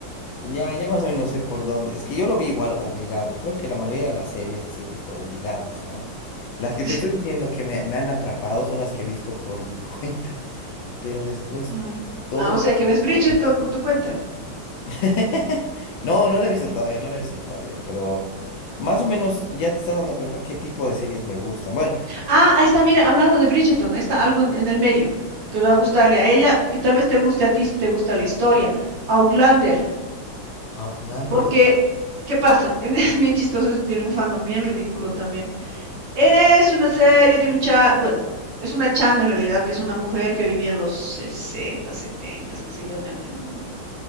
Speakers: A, on the left; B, on the right.
A: ya, ya más o menos sé por dónde. Es que yo lo vi igual obligado. Creo que la mayoría de las series así he visto obligadas, ¿ya? Las que te
B: <laughs>
A: estoy diciendo que me, me han atrapado son las que he visto por mi <laughs> cuenta. Pero después
B: Ay.
A: todo.
B: Ah, o sea que ves Bridgerton por tu cuenta.
A: <laughs> No, no la he visto todavía, no la he visto todavía, pero más o menos ya te estás dando cuenta qué tipo de series me gustan. Bueno.
B: Ah, ahí está, mira, hablando de Bridgerton, ahí está
A: Ujú.
B: algo en, en el medio que va a gustarle a ella y tal vez te guste a ti si te gusta la historia. Outlander,
A: Outlander.
B: porque, ¿qué pasa? <laughs> Es bien chistoso, eso tiene un fandom bien ridículo también. Es una serie de un cha, bueno, es una changa en realidad, que es una mujer que vivía en los 60, 70, qué sé yo, en en